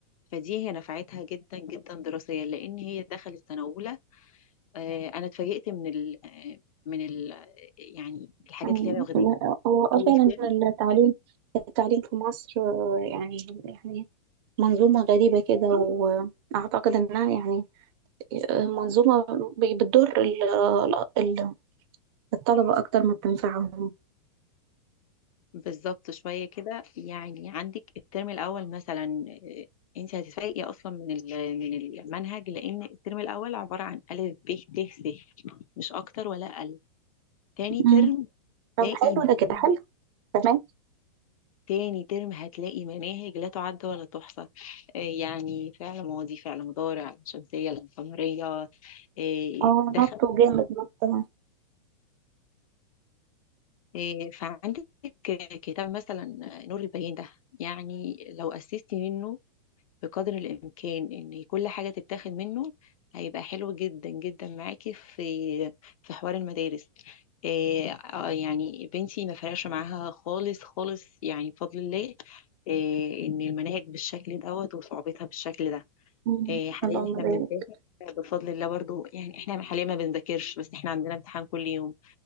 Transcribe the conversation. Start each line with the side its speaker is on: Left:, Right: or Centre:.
Left: فدي هي نفعتها جدا جدا دراسيا لان هي دخلت سنه اولى آه، انا اتفاجئت من ال آه، من ال يعني الحاجات
Right: أمم،
Left: اللي هي واخداها
Right: لا، هو آه
Left: اول
Right: فعلا
Left: ترم
Right: التعليم التعليم في مصر آه، يعني يعني منظومة غريبة كده وأعتقد إنها يعني آه، منظومة ب- بتضر ال- ال- الطلبة أكتر ما بتنفعهم
Left: بالظبط شويه كده يعني عندك الترم الاول مثلا آه، انت هتتفاجئي اصلا من ال- من المنهج لان الترم الاول عباره عن الف ب ت س مش اكتر ولا اقل تاني ترم
Right: أمم، طب
Left: تلاقي
Right: حلو
Left: منهج
Right: ده كده حلو تمام
Left: تاني ترم هتلاقي مناهج لا تعد ولا تحصى آه، يعني فعل ماضي فعل مضارع علم شمسية علم قمرية آه،
Right: اه
Left: دخل
Right: نطوا جامد نطوا
Left: آه، فعندك كتاب مثلا آه، نور البيان ده يعني لو أسستي منه بقدر الإمكان إن كل حاجة تتاخد منه هيبقى حلو جدا جدا معاكي في في حوار المدارس إيه آه، يعني بنتي ما فرقش معاها خالص خالص يعني بفضل الله إيه إن المناهج بالشكل دوت وصعوبتها بالشكل ده
Right: أمم،
Left: إيه حاليا
Right: اللهم
Left: احنا
Right: بارك
Left: بنمتحن بفضل الله برضو يعني احنا حاليا ما بنذاكرش بس احنا عندنا امتحان كل يوم